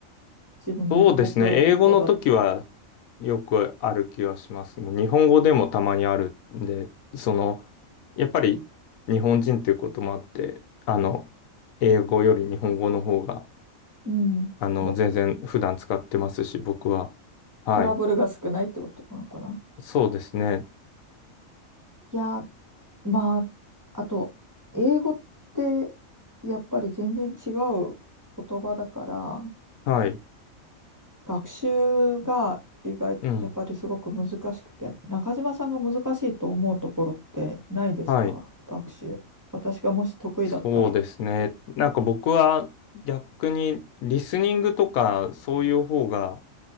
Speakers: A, on the right; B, on the left.
A: 自分の母国語だと。
B: そうですね。英語の時はよくある気がしますね。日本語でもたまにあるんで、その、やっぱり日本人っていうこともあって、あの、英語より日本語の方が、
A: うん。
B: あの、
A: も、
B: 全然普段使ってますし、僕は。はい。
A: トラブルが少ないってことなのかな。
B: そうですね。
A: いや、まあ、あと、英語ってやっぱり全然違う言葉だから、
B: はい。
A: 学習が意外、
B: うん。
A: やっぱりすごく難しくて、中島さんが難しいと思うところってないですか学習。
B: はい。
A: 私がもし得意だったら。
B: そうですね。なんか僕は逆にリスニングとかそういう方が